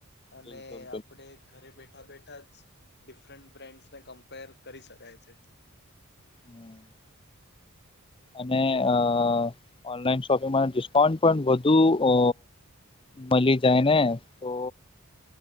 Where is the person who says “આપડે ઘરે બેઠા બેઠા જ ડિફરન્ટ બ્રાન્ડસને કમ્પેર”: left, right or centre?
Left